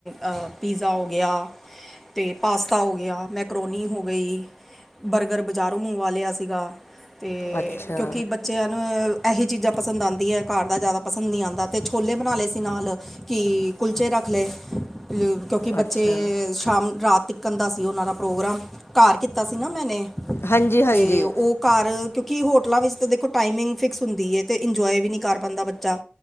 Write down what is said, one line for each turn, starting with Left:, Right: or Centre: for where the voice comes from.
Centre: ਆ ਪੀਜ਼ਾ ਹੋ ਗਿਆ ਤੇ ਪਾਸਤਾ ਹੋ ਗਿਆ, ਮੈਕਰੋਨੀ ਹੋ ਗਈ। ਬਰਗਰ ਬਜ਼ਾਰੋਂ ਮੰਗਵਾ ਲਿਆ ਸੀਗਾ। ਤੇ,
Left: ਅੱਛਾ
Centre: ਕਿਉਂਕਿ ਬੱਚਿਆਂ ਨੂੰ ਐਹੀ ਚੀਜ਼ਾਂ ਪਸੰਦ ਆਦੀਂਆਂ, ਘਰ ਦਾ ਜ਼ਾਦਾ ਪਸੰਦ ਨੀ ਆਂਦਾ ਅਤੇ ਛੋਲੇ ਬਣਾ ਲਏ ਸੀ ਨਾਲ, ਕੀ ਕੁਲਚੇ ਰੱਖ ਲਏ ਕਿਉਂਕਿ ਬੱਚੇ,
Left: ਅੱਛਾ
Centre: ਸ਼ਾਮ ਰਾਤ ਤੀਕਣ ਦਾ ਸੀ ਓਨਾਂ ਦਾ ਪ੍ਰੋਗਰਾਮ। ਘਾਰ ਕੀਤਾ ਸੀ ਨਾ ਮੈਨੇ।
Left: ਹਾਂਜੀ ਹਾਂਜੀ
Centre: ਤੇ ਓ ਘਰ, ਕਿਉਂਕਿ ਹੋਟਲਾਂ ਵਿੱਚ ਤੇ ਦੇਖੋ ਟਾਈਮਿੰਗ ਫਿਕਸ ਹੁੰਦੀ ਏ ਅ ਤੇ ਇੰਜੋਏ ਵੀ ਨੀ ਕਰ ਪਾਂਦਾਂ ਬੱਚਾ। ਚਾ,